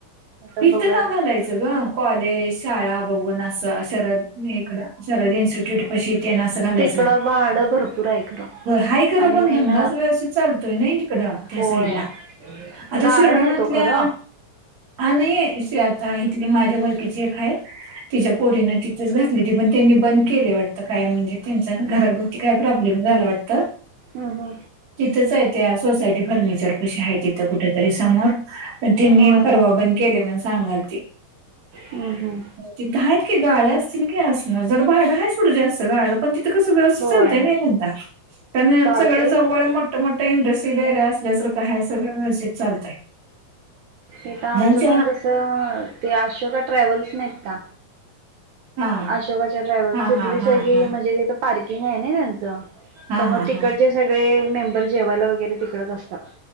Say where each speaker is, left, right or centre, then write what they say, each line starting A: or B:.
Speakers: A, on the right; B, on the right.
A: आता
B: इथथं
A: बघूयात
B: ना घालायचं ग. कॉलेज शाळा बघून न अस शरद इकड शरद इन्स्टिट्यूट पशी ते न घालायच
A: तिकडं भाडं भरपूर आहे खरं
B: हा ख
A: आणि
B: पण
A: मेन
B: धंदाच व्यवस्थित चालत य नाही तिकड त्या
A: होय
B: साईड ला आता
A: गाळा
B: शिर्डणातल्या
A: नाही तो खरं
B: हा नाही आता इथली माझ्या वळखीची आहे तिच्या पोरीन तिथंच घात ददी पण त्यांनी बंद केले वाटतं काय म्हणजे त्यांचा घराभोवती काय प्रॉब्लेम झाला वाटत.
A: हम् हम्.
B: तिथंच आहे ते सोसायटी फर्निचर कशी आहे तिथं कुठेतरी समोर पण त्यांनी
A: होय
B: केण सांगाल ते
A: हम्म हम्म
B: तिथं आहेत की गाळ्या असतील की असणार जर भाडं आहे सोडं जास्त गाळ्याला पण तिथ तिथं कस सगळंच
A: होय
B: चालतंय नई धंदा
A: चालतंय
B: सगळं जवळ
A: खरं
B: मोठं, मोठं इंडस्ट्रील एरिया असल्या सारख काय सगळं व्यवस्थित चालतंय
A: इथ आमचं
B: ह्यांच्या
A: पण कसं ते अशोका ट्रॅव्हल्स नाहीत का
B: हा
A: अशोकाच्या ट्रॅव्हल्
B: हा
A: तथली
B: हा हा
A: सग
B: हा
A: म्हणजे तिथं पार्किंग आहे ना त्यांचं
B: हा
A: त्यामुळे
B: हा
A: तिकडचे
B: हा
A: सगळे मेंबर जेवायला वगैरे तिकडच असतात.